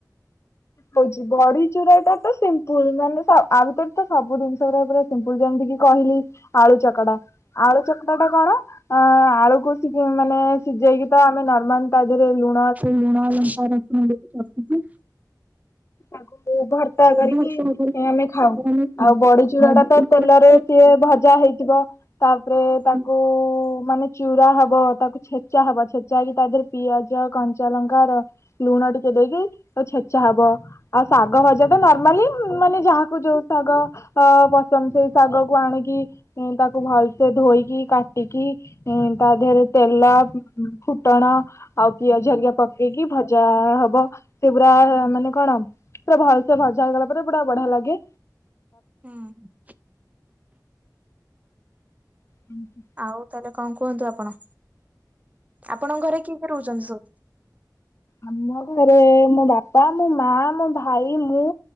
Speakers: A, on the left (about 40°); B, on the right (about 20°).
A: ହଉଛି ବଡ଼ି ଚୁରା ଟା ତ ସିମ୍ପୁଲ ମାନେ ତ ଆମ୍ ପଟେ ତ ସବୁ ଜିନିଷ ରା ପୁରା ସିମ୍ପୁଲ ଯେମିତି କି କହିଲି ଆଳୁ ଚକଟା ଆଳୁ ଚକଡ଼ା ଟା କଣ? ଆଁ ଆଳୁକୁ ସିଝେଇବା ମାନେ ସିଝେଇକି ତ ଆମେ ନର୍ମାଲ ତା ଦେହରେ ଲୁ
B: ସେ ଲୁଣ ଲଙ୍କା ରସୁଣ ଦେଇକି
A: ତାକୁ ମୁଁ ଭର୍ତା
B: ସେ
A: କରିକି
B: ଭର୍ତ୍ତା କରିକି
A: ଆମେ ଖାଉ
B: ସେମାନେ ଖାଆନ୍ତି।
A: ଆଉ ବଡ଼ି ଚୁୁରା
B: ଆଉ
A: ଟା
B: ବଡି
A: ତ
B: ଚୁରା
A: ତେଲରେ
B: ଟା ତ
A: ସିଏ ଭଜା ହେଇଥିବ ତାପରେ
B: ହୁଁ
A: ତାକୁ ମାନେ ଚୁରା ହବ ତାକୁ ଛେଚା ହବ। ଛେଚା ହେଇକି ତା ଦେହେରେ ପିଆଜ କଞ୍ଚା ଲଙ୍କା ର ଲୁଣ ଟିକେ ଦେଇକି ତାକୁ ଛେଚା ହବ। ଆଉ ଶାଗ ଭଜା ଟା ନର୍ମାଲି ମାନେ ଯାହାକୁ ଯୋଉ ଶାଗ ଅ ପସନ୍ଦ ସେଇ ଶାଗ କୁ ଆଣିକି ମୁଁ ତାକୁ ଭଲସେ ଧୋଇକି କା ଟିକି ତା ଦେହରେ ତେଲ ଫୁଟଣ ଆଉ ପିଆଜ ହେରିକା ପକେଇକି ଭଜା ହବ ସେ ପୁରା ମାନେ କଣ? ପୁରା ଭଲସେ ଭଜା ହେଇଗଲା ପରେ ପୁରା ବଢ଼ିଆ ଲାଗେ।
B: ହୁଁ।
A: ହୁଁ ହୁଁ।
B: ଆଉ ତାହେଲେ କଣ କୁହନ୍ତୁ ଆପଣ ଆପଣଙ୍କ ଘରେ କିଏ କିଏ ରହୁଛନ୍ତି ସବୁ?
A: ଆମ ଘରେ ମୋ ବାପା ମୋ ମା ମୋ ଭାଇ ମୁଁ